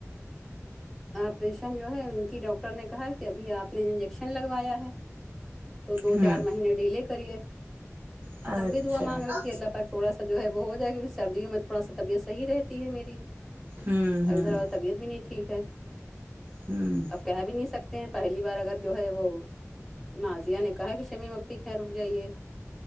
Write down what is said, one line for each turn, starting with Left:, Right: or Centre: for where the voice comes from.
Centre: آپریشن جو ہے ان کی ڈاکٹر نے کہا کہ ابھی آپ نے انجیکشن لگوایا ہے تو دو
Right: ہوں
Centre: چار مہینے ڈیلے کریے
Right: اچھا
Centre: ہم بھی دعا مانگ رہے تھ کہ اللہ پاک تھوڑا سا جو ہے وہ ہو جائے کیونکہ سردیوں میں تھوڑا سا طبیعت صحیح رہتی ہے میری
Right: ہوں ہوں
Centre: اب ادھر وال طبیعت بھی نہیں ٹھیک ہے
Right: ہوں
Centre: اب کہہ بھی نہیں سکتے ہیں پہلی بار اگر جو ہے وہ نازیہ نے کہا کہ شمیم ٹھیک ہے رک جائیے